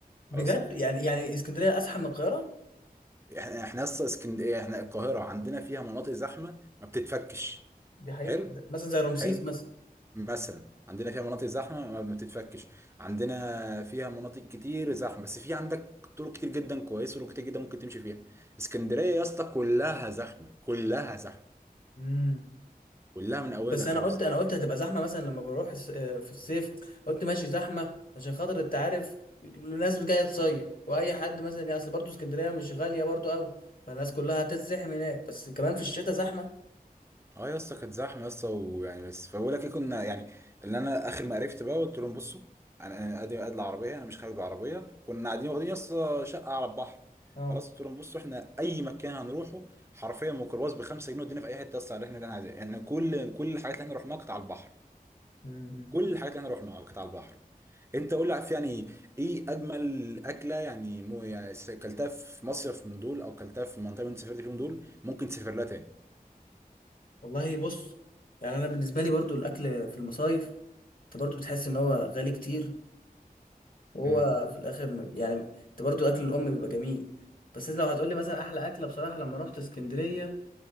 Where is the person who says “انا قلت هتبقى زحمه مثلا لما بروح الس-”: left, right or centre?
Left